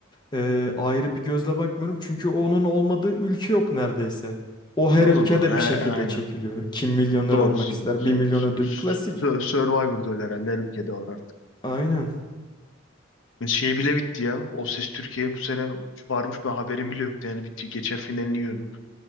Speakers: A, on the left; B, on the left.
A: e, ayrı bir gözle bakmıyorum. Çünkü onun olmadığı ülke yok neredeyse. O her
B: O
A: ülkede
B: da doğru. He,
A: bir şekilde
B: aynen.
A: çekiliyor. Kim milyoner
B: Doğru.
A: olmak
B: Su-
A: ister?
B: su-
A: Bir milyon ödül klasik.
B: su- Survivor'da öyle herhalde. Her ülkede var artık.
A: Aynen.
B: Ve Şey bile bitti ya. O Ses Türkiye bu sene varmış. Ben haberim bile yoktu. Yani bitti. Geçen finalini gördüm.